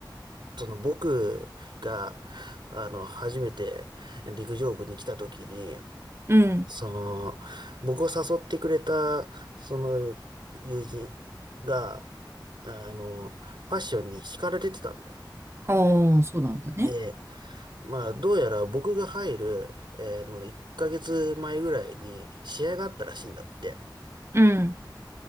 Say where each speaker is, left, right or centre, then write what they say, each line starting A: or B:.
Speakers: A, on the right; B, on the right.
A: その僕が、あの、初めて陸上部に来た時に、
B: うん。
A: その、僕を誘ってくれた、その、友人が、あの、パッションに叱られてたんだよね。
B: ああ、そうなんだね。
A: で、まあ、どうやら僕が入る、えーの、1ヶ月前ぐらいに試合があったらしいんだって。
B: うん、